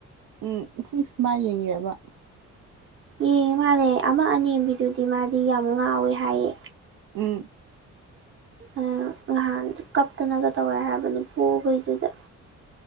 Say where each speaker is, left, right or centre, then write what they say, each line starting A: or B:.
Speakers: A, on the right; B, on the right.
A: ꯎꯝ ꯢꯁ ꯃꯥ ꯌꯦꯡꯉꯤꯔꯕ
B: ꯌꯦꯡꯉꯤ ꯃꯥꯜꯂꯦ ꯑꯃ ꯑꯅꯦꯝꯕꯤꯗꯨꯗꯤ ꯃꯥꯗꯤ ꯌꯥꯝ ꯉꯥꯎꯋꯦ ꯍꯥꯏꯌꯦ
A: ꯎꯝ
B: ꯑ ꯅꯍꯥꯟ ꯀꯞꯇꯅꯒ ꯇꯧꯋꯦ ꯍꯥꯏꯕꯅꯤ ꯄꯣꯕꯩꯗꯨꯗ